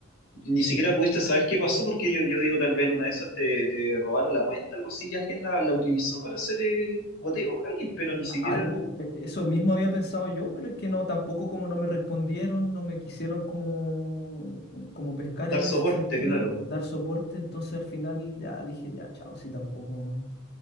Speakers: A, on the left; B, on the left.
A: ni siquiera pudiste saber qué pasó porque yo, yo digo, tal vez en una de esas te, te robaron la cuenta, algo así, y alguien la, la utilizó para hacer eh, boteo hacking, pero ni siquiera
B: a- algo, e- eso mismo había pensado yo, pero es que no, tampoco como no me respondieron, no me quisieron como, como pescar
A: dar
B: en
A: soporte,
B: ese sentido,
A: claro.
B: dar soporte, entonces al final ya dije, ya, chao, si tampoco...